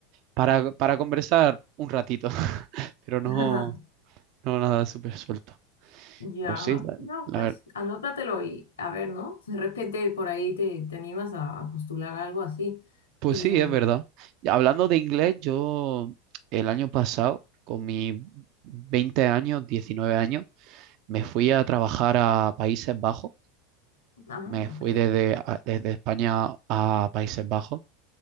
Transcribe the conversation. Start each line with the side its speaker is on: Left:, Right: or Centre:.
Right: para, para conversar un ratito, <laughs> pero no,
Left: <laughs>
Right: no nada súper suelto.
Left: Ya,
Right: Pues sí, la,
Left: no,
Right: la
Left: pues
Right: ver-
Left: anótatelo y a ver, ¿no? De repente por ahí te, te animas a, a postular algo así.
Right: pues
Left: Y,
Right: sí, es verdad. Y hablando de inglés, yo el año pasado, con mis 20 años, 19 años, Me fui a trabajar a Países Bajos,
Left: ah,
Right: me
Left: ok,
Right: fui desde, a- desde España a Países Bajos